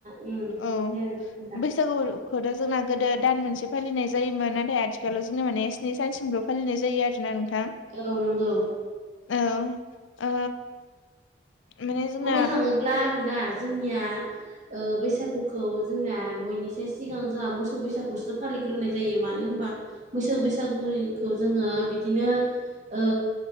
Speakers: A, on the right; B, on the left.
A: उम
B: औ बो
A: दे नोंथां खोन्था
B: बैसागोखौथ' जोंना गोदो दान मोनसे फालिनाय जायोमोन नाथाय आथिखालाव जोंना माने स्नि सानसिमल' फालिनाय जायो आरोना। नोंथां
A: औ नंगौ
B: औ ओ माने जोंना
A: बुंनो थाङोब्ला आरोना जोंनिया ओ बैसागुखौ जोंना बयनिसाय सिगां जोंहा मोसौ बैसागुखौसो फालिग्रोनाय जायो मानो होनबा? मोसौ बैसागुनि खौ जोङो बिदिनो ओ